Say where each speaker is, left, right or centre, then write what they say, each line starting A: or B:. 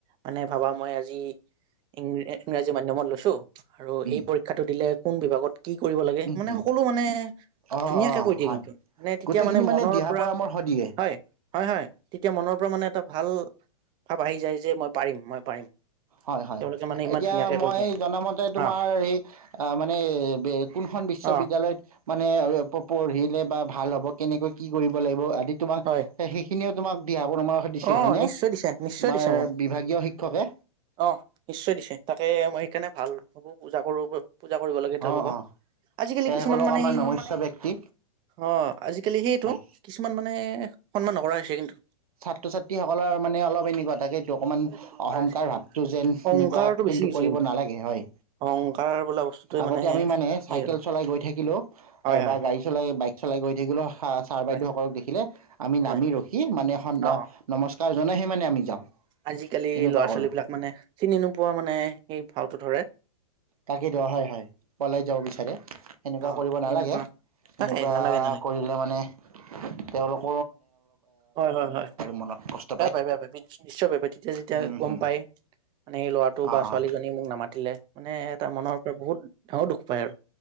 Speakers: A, on the right; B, on the right.
A: মানে ভাবা মই আজি ইং-ইংৰাজী মাধ্যমত লৈছো। আৰু
B: উম
A: এই পৰীক্ষাটো দিলে কোন বিভাগত কি কৰিব লাগে
B: উম
A: মানে
B: উম
A: সকলো মানে
B: অ',
A: ধুনীয়াকে
B: অ',
A: কৈ দিয়ে
B: হয়
A: কিন্তু মানে তেতিয়া
B: গোটেইখিনি
A: মানে মনৰ
B: দিহা
A: পৰা
B: পৰামৰ্শ দিয়ে
A: হয়-হয় হয় তেতিয়া মনৰ পৰা মানে উম। ভাৱ আহি যায় যে মই পাৰিম মই পাৰিম।
B: হয়-হয়
A: তেওঁলোকে মানে ইমান
B: এতিয়া
A: ধুনীয়াকে
B: মই
A: কৈ দিয়ে
B: জনামতে তোমাৰ
A: অ
B: এই মানে কোনখন বিশ্ববিদ্যালয়ত
A: অ
B: মানে পঢ়িলে বা ভাল হ'ব, কেনেকৈ কি কৰিব লাগিব? তোমাক
A: হয়
B: সে সেইখিনি তোমাক দিহা পৰামৰ্শ দিছিল
A: অ
B: হয়নে,
A: নিশ্চয় দিছে নিশ্চয়
B: তোমাৰ
A: দিছে মোক
B: বিভাগীয় শিক্ষকে।
A: অ', নিশ্চয় দিছে তাকে মই সেইকাৰণে ভাল ভাবো, পূজা কৰো পূজা কৰিব লাগে তেওঁলোকক
B: অ', অ'।
A: আজিকালি
B: তেসকলক
A: কিছুমান মানে
B: আমাৰ
A: সেই
B: নমস্য ব্যক্তি
A: অ', আজিকালি সেইটো
B: হয়।
A: কিছুমান মা মানে সন্মান নকৰা হৈছে কিন্তু।
B: ছাত্ৰ-ছাত্ৰীসকলৰ মানে অলপ এনেকুৱা থাকে অকমান
A: সেইটো নকৰা
B: অহংকাৰ
A: হৈছে
B: ভাৱটো যেন
A: অহংকাৰটো
B: এনেকোৱা
A: বেছি
B: কিন্তু
A: হৈছে
B: কৰিব নালাগে হয়,
A: অহংকাৰ বোলা বস্তুটোৱে
B: আগতে আমি মানে চাইকেল
A: সেই আৰু
B: চলাই গৈ থাকিলেও
A: হয় হয়
B: বা
A: হয়
B: গাড়ী চলাই বা চলাই গৈ থাকিব। ছাৰ, বাইদেউসকলক
A: হয়
B: দেখিলে আমি নামি
A: হয়
B: ৰখি মানে নমস্কাৰ
A: অ অ
B: জ ওলাই আহে মানে আমি যাওঁ।
A: আজিকালি
B: তেনেকুৱা
A: ল'ৰা-
B: কৰোঁ
A: ছোৱালী বিলাক মানে চিনি নোপোৱা মানে সেই ভাওটো ধৰে।
B: তাকেই দিয়ক হয়- হয় পলাই যাব বিচাৰে সেনেকুৱা
A: অ
B: কৰিব
A: চিনি
B: নালাগে
A: নোপোৱা তাকে
B: এনেকুৱা
A: নালাগে
B: কৰিলে মানে তেওঁলোক
A: হয়-হয়-হয়
B: মনত কষ্ট
A: বেয়া পায়, বেয়া পায় নিশ্চয় বেয়া পায়, তেতিয়া যেতিয়া
B: হুম
A: গম
B: হুম
A: পাই মানে ল'ৰাটো
B: অঁ
A: বা ছোৱালীজনী
B: অঁ
A: মোক নামাতিলে মানে এটা মনৰ পৰা বহুত ধৰ দুখ পায় আৰু